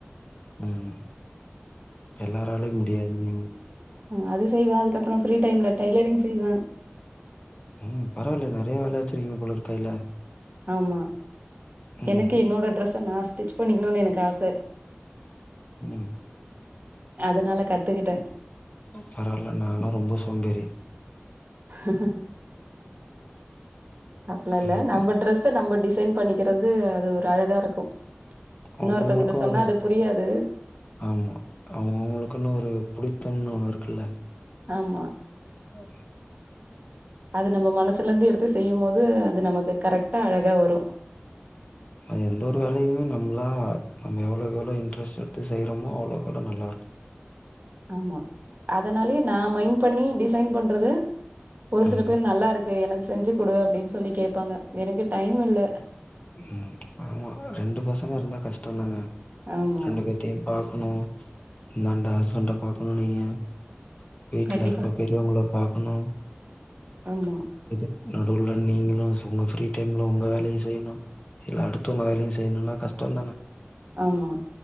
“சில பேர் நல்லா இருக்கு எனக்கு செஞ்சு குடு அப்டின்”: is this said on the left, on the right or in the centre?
Right